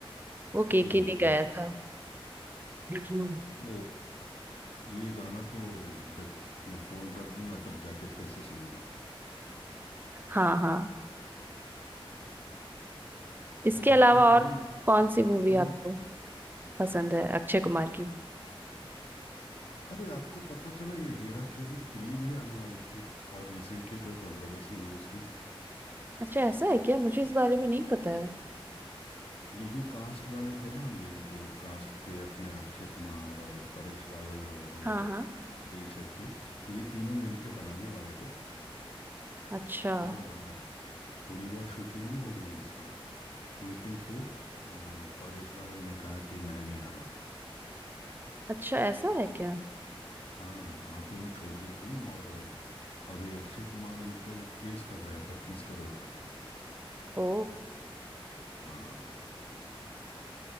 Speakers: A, on the right (about 20°); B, on the left (about 75°).
A: वो केके
B: ओह
A: ने
B: ये
A: गाया
B: तो
A: था <laughs>
B: ओ ये गाना तो जब मैं फ़ोन रख दूंगा तब जाके फिर से सुनूंगा
A: हाँ हाँ इसके
B: और
A: अलावा
B: फिर ये
A: और कौन सी मूवी
B: हम्म
A: आपको पसंद है अक्षय कुमार की
B: अरे आपको पता चला ये हेरा फेरी थ्री भी आने वाली थी और रिसेंटली कोई कंट्रोवर्सी हुई उसकी
A: अच्छा ऐसा है क्या मुझे इस बारे में नहीं पता है
B: ये जो कास्ट वाले थे ना ये जो कास्ट थे अपने अक्षय कुमार और परेश रावल और अ,
A: हाँ हाँ
B: सुनील शेट्टी ये तीनों मिलके बनाने वाले थे
A: अच्छा
B: और अ, थोड़ी बहुत शूटिंग भी हो गई है इसकी लेकिन फिर अ, परेश रावल ने कहा कि मैं नहीं आ रहा हूँ
A: अच्छा ऐसा है क्या
B: हाँ आधे में छोड़ दी फिल्म और अ, अभी अक्षय कुमार उन पे केस कर रहा है पच्चीस करोड़ का
A: ओ
B: हाँ